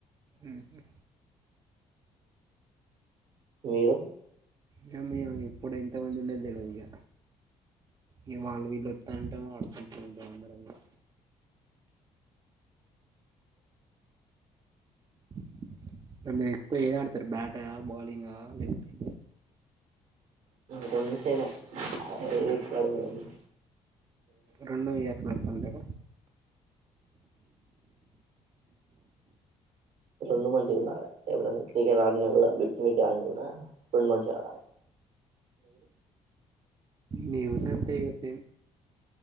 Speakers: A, on the right (about 35°); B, on the right (about 80°).
A: ఉఉ
B: మీరు
A: మేము ఇగ ఎప్పుడు ఎంతమంది ఉండేది తెల్వదు ఇక ఇగ వాళ్ళు వీళ్ళు వత్తాంటం ఆడుకుంట ఉంటం అందరం ఇగ <inaudible> మీరు ఎక్కువ ఏది ఆడతరు బ్యాటా బౌలింగా లేకపోతే
B: కొంచెమే <unintelligible>
A: రెండు <unintelligible>
B: రెండు మంచిగ ఉండాలె ఎప్పుడన్న క్రికెట్ ఆడిన కూడా <unintelligible> ఆడిన కూడా రెండు మంచిగ ఆడాలే
A: నేను కూడా అంతే ఇగ సేమ్